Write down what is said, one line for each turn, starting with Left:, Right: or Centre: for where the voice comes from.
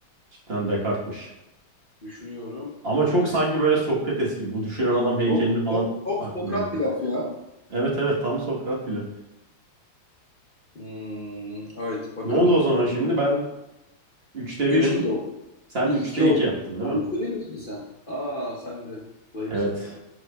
Right: Cidden Descartes'miş.
Left: Düşünüyorum
Right: Ama
Left: öyleyse.
Right: çok sanki böyle Sokrates gibi. Bu düşünen adam heykelini
Left: Çok,
Right: falan
Left: çok, çok
Right: aklıma
Left: Sokrat
Right: getirdi.
Left: bir laf ya.
Right: Evet evet tam Sokrat bile.
Left: Hmm, evet bakalım.
Right: Ne oldu o zaman şimdi? Ben üçte
Left: Üç
Right: birim,
Left: iki oldu.
Right: Sen
Left: Üç
Right: üçte
Left: iki oldu.
Right: 2 yaptın değil mi?
Left: 3'te 1 misin sen? Aa sen de zayıfsın
Right: Evet.
Left: ha.